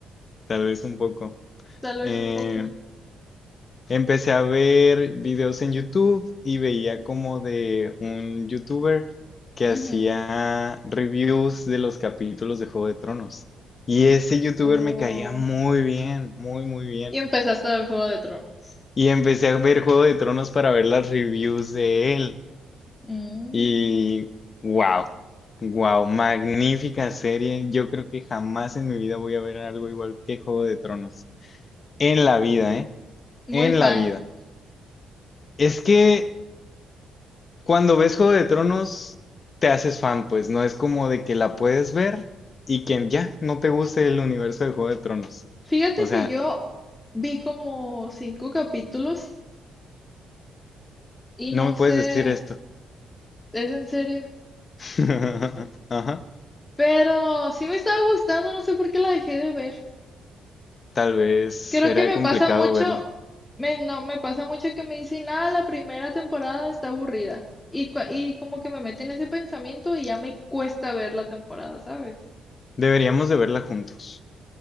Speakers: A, on the left (about 40°); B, on the left (about 15°).
A: tal vez un poco.
B: tal vez
A: Eh,
B: un poco.
A: Empecé a ver videos en YouTube y veía como de un youtuber que
B: Ujú.
A: hacía reviews de los capítulos de Juego de Tronos. Y ese youtuber
B: Oh,
A: me caía muy bien, muy, muy bien.
B: Y empezaste a ver Juego de Tronos.
A: Y empecé a ver Juego de Tronos para ver las reviews de él.
B: Mm,
A: Y wow, wow, magnífica serie. Yo creo que jamás en mi vida voy a ver algo igual que Juego de Tronos. En la vida, ¿eh?
B: Muy
A: En
B: fan.
A: la vida. Es que Cuando ves Juego de Tronos, te haces fan, pues no es como de que la puedes ver y que ya no te guste el universo de Juego de Tronos.
B: Fíjate
A: O
B: que
A: sea,
B: yo vi como cinco capítulos y
A: no
B: no
A: me
B: sé,
A: puedes decir esto.
B: ¿es en serio?
A: <laughs> Ajá.
B: Pero sí me estaba gustando, no sé por qué la dejé de ver.
A: Tal vez será
B: Creo que me
A: complicado
B: pasa mucho,
A: verla.
B: me, no, me pasa mucho que me dicen, ah, la primera temporada está aburrida. Y, cua- y como que me meten ese pensamiento y ya me cuesta ver la temporada, ¿sabes?
A: Deberíamos de verla juntos.